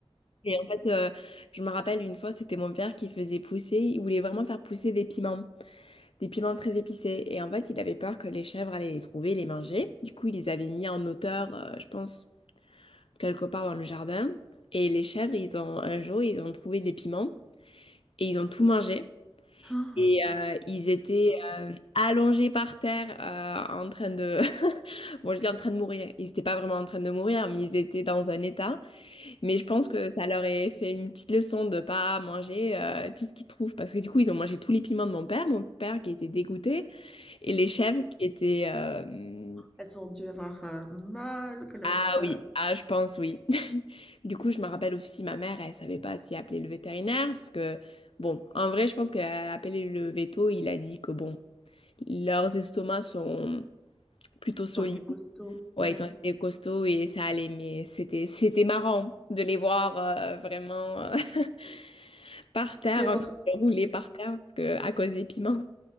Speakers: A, on the left; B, in the centre.
A: Et en fait, euh, je me rappelle une fois, c'était mon père qui faisait pousser, il voulait vraiment faire pousser des piments, des piments très épicés. Et en fait, il avait peur que les chèvres allaient les trouver, les manger. Du coup, il les avait mis en hauteur, euh, je pense, quelque part dans le jardin. Et les chèvres, ils ont, un jour, ils ont trouvé des piments et ils ont tout mangé.
B: Ah,
A: Et euh, ils étaient euh, allongés par terre euh, en train de... <laughs> Bon, je dis en train de mourir. Ils n'étaient pas vraiment en train de mourir, mais ils étaient dans un état. Mais je pense que ça leur a fait une petite leçon de pas manger euh, tout ce qu'ils trouvent. Parce que du coup, ils ont mangé tous les piments de mon père, mon père qui était dégoûté, et les chèvres qui étaient... euh,
B: Elles ont dû avoir un mal, que leur...
A: Ah
B: Elles
A: oui, ah je pense oui. <laughs> Du coup, je me rappelle aussi ma mère, elle savait pas si appeler le vétérinaire, parce que... Bon, en vrai, je pense qu'elle a appelé le veto, il a dit que bon... Leurs estomacs sont plutôt
B: sont
A: solides.
B: assez costauds,
A: Ouais,
B: ouais.
A: ils sont restés costauds et ça allait, mais c'était c'était marrant de les voir euh, vraiment euh, <laughs> par terre,
B: C'est
A: en
B: horrible.
A: train de rouler par terre parce que à cause des piments.